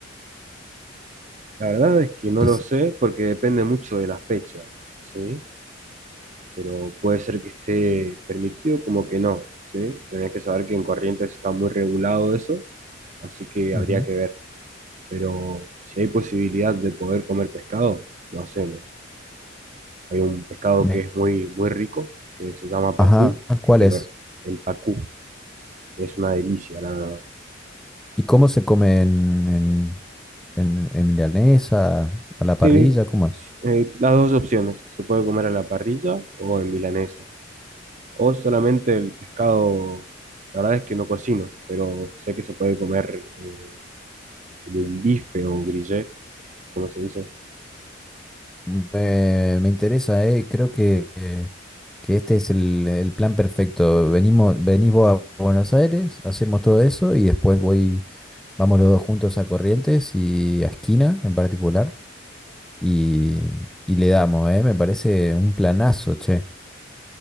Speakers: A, on the right (about 40°); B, in the centre.
A: La verdad es que no
B: Dice,
A: lo sé porque depende mucho de la fecha, ¿sí? pero puede ser que esté permitido como que no, ¿sí? Tenés que saber que en Corrientes está muy regulado eso, así que
B: ujú.
A: habría que ver. Pero si hay posibilidad de poder comer pescado, lo hacemos. Hay un pescado
B: Me-
A: que es muy, muy rico, que se llama
B: ajá,
A: pacú,
B: ¿cuál
A: que te
B: es?
A: lo, el pacú, que es una delicia, la verdad.
B: ¿Y cómo se come en, en, en- en milanesa, a la
A: Sí,
B: parrilla? ¿Cómo es?
A: eh, las dos opciones, se puede comer a la parrilla o en milanesa, o solamente el pescado, la verdad es que no cocino, pero sé que se puede comer eh, como un bife o grillé, como se dice.
B: Me, me interesa, eh, creo que, que que este es el, el plan perfecto. Venimos, venís vos a Buenos Aires, hacemos todo eso y después voy Vamos los dos juntos a Corrientes y a Esquina en particular y, y le damos, ¿eh? Me parece un planazo, che.